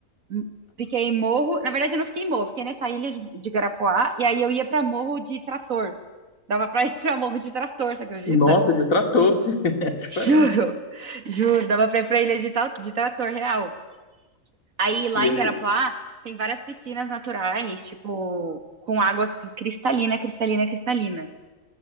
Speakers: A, on the right (about 75°); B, on the left (about 75°).
A: m- fiquei em Morro. Na verdade, eu não fiquei em Morro, fiquei nessa ilha de, de Garapuá, e aí eu ia pra Morro de Trator. Dava pra ir <laughs> pra Morro de Trator, você acredita?
B: Nossa, de trator, que <laughs>
A: <laughs>
B: é diferente.
A: Juro, juro, dava pra ir pra ilha de, tra- de Trator real. Aí lá
B: E
A: em
B: aí?
A: Garapuá tem várias piscinas naturais, tipo, com água assim, cristalina, cristalina, cristalina.